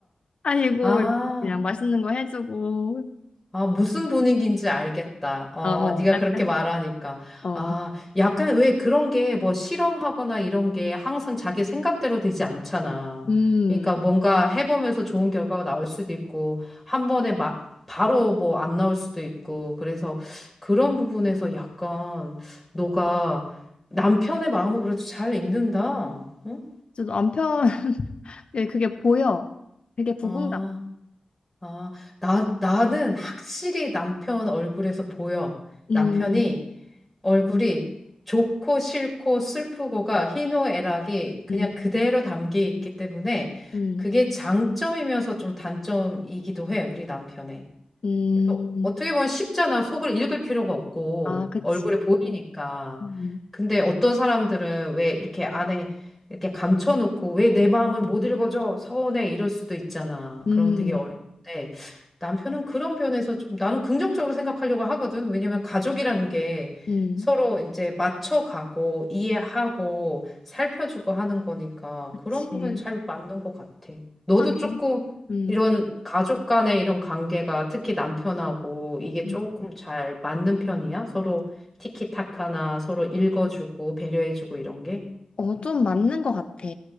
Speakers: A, on the left (about 50°); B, in the centre.
A: 아이고
B: 아,
A: 이러면서 그냥 맛있는 거 해주고
B: 아, 무슨 분위기인지 알겠다. 어,
A: 어어
B: 네가
A: 약간
B: 그렇게 말하니까.
A: 어
B: 아, 약간 왜 그런 게 뭐 실험하거나 이런 게 항상 자기 생각대로 되지 않잖아.
A: 음.
B: 그러니까 뭔가 해보면서 좋은 결과가 나올 수도 있고, 한 번에 막 바로 뭐 안 나올 수도 있고, 그래서 그런 부분에서 약간 너가 남편의 마음을 그래도 잘 읽는다. 응?
A: 저도 남편 예, 그게 보여. 되게 부분감아.
B: 아. 아, 나, 나는 확실히 남편 얼굴에서 보여. 남편이
A: 음,
B: 얼굴이 좋고 싫고 슬프고가 희노애락이 그냥
A: 음,
B: 그대로 담겨 있기 때문에
A: 음,
B: 그게 장점이면서 좀 단점이기도 해, 우리 남편의.
A: 음.
B: 그래서 어떻게 보면 쉽잖아. 속을 읽을 필요가 없고
A: 아, 그치.
B: 얼굴에 보이니까.
A: 음,
B: 근데 어떤 사람들은 왜 이렇게 안에 이렇게 감춰놓고 왜 내 마음을 못 읽어줘? 서운해 이럴 수도 있잖아.
A: 음,
B: 그러면 되게 어려운데 남편은 그런 면에서 좀 나는 긍정적으로 생각하려고 하거든. 왜냐면 가족이라는 게
A: 음.
B: 서로 이제 맞춰가고 이해하고 살펴주고 하는 거니까 그런
A: 그치.
B: 부분이 잘 맞는 것 같아. 너도
A: 하긴.
B: 조금
A: 음,
B: 이런 가족 간의 이런 관계가 특히 남편하고 이게 조금
A: 음.
B: 잘 맞는 편이야? 서로 티키타카나 서로 읽어주고 배려해주고 이런 게?
A: 어, 좀 맞는 것 같아.